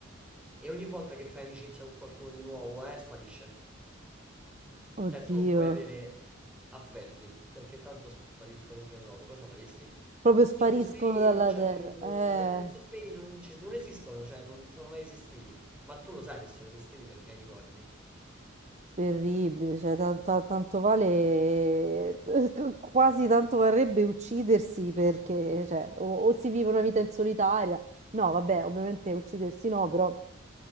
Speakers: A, in the centre; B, on the right.
A: E ogni volta che fai amicizia con qualcuno di nuovo, eh, sparisce. Cioè
B: Oddio.
A: tu non puoi avere affetti, perché tanto spariscono il giorno dopo, cosa faresti?
B: Proprio spariscono
A: Cioè ti svegli
B: dalla
A: e non c'è
B: terra.
A: più,
B: Eh,
A: eh, ti svegli e non, ci- non esistono, cioè non sono mai esistiti, ma tu lo sai che sono esistiti perché hai i ricordi.
B: terribile. Cioè, tanto, tanto vale. <laughs> Quasi tanto varrebbe uccidersi perché, cioè, o, o si vive una vita in solitaria. No, vabbè, ovviamente uccidersi no, però.